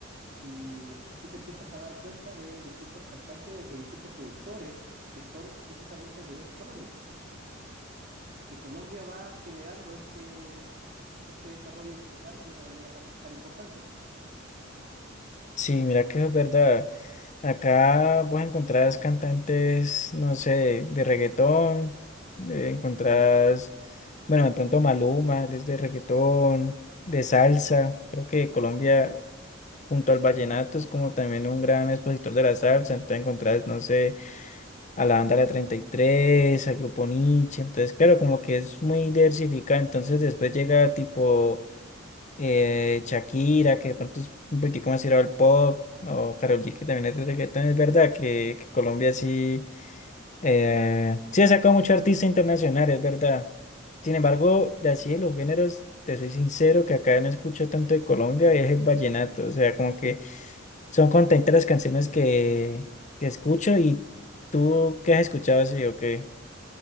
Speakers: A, on the right; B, on the left.
A: Y así te empiezas a dar cuenta de distintos cantantes o distintos productores que son precisamente de Colombia y que Colombia va generando este, este desarrollo musical de una manera tan, tan importante.
B: Sí, mira que es verdad. Acá vos encontrás cantantes, no sé, de reggaetón, eh, encontrás, bueno, de pronto Maluma, él es de reggaetón, de salsa. Creo que Colombia, junto al vallenato, es como también un gran expositor de la salsa. Entonces encontrás, no sé, a la banda La treinta y tres al grupo Nietzsche. Entonces, claro, como que es muy diversificado. Entonces después llega tipo... eh, Shakira, que de pronto es un poquitico más tirado al pop, o Karol G, que también es de reggaetón, es verdad que, que Colombia sí, eh, sí ha sacado mucho artista internacional, es verdad. Sin embargo, de así de los géneros, te soy sincero que acá no escucho tanto de Colombia, es el vallenato, o sea, como que son contentas las canciones que, que escucho y tú, ¿qué has escuchado así o qué?